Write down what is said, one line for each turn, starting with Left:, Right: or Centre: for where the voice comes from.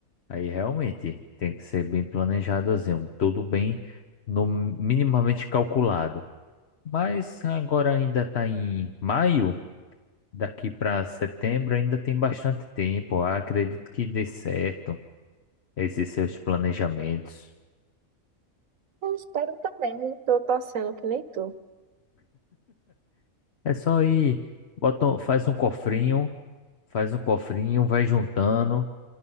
Left: Aí realmente tem que ser bem planejadozinho, tudo bem no minimamente calculado. Mas agora ainda está em maio, daqui para setembro ainda tem bastante tempo. Ah, acredito que dê certo esses seus planejamentos.
Right: Eu espero também. né? Tô torcendo que nem tu.
Left: É só ir, bota, um- faz um cofrinho, faz um cofrinho, vai juntando,